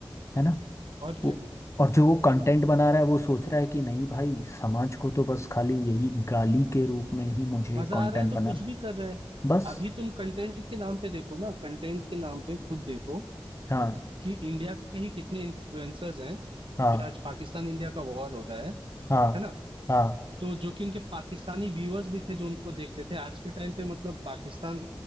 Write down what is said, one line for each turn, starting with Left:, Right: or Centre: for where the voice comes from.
Left: है ना
Right: और क्या
Left: वो- और जो वो कंटेंट बना रहा है वो सोच रहा है कि नहीं भाई समाज को तो बस खाली यही गाली के रूप में ही मुझे
Right: मजा
Left: कंटेंट
Right: आ रहा है तो
Left: बना
Right: कुछ भी कर रहे हैं
Left: बस
Right: अभी तुम कंटेंट के नाम पे देखो ना कंटेंट के नाम पे खुद देखो
Left: हाँ
Right: कि इंडिया के ही कितने इन्फ्लुएंसर्स हैं
Left: हाँ
Right: जो आज पाकिस्तान इंडिया का वॉर हो रहा है
Left: हाँ
Right: है ना
Left: हाँ
Right: तो जो कि उनके पाकिस्तानी व्यूअर्स भी थे जो उनको देखते थे आज के टाइम पे मतलब पाकिस्तान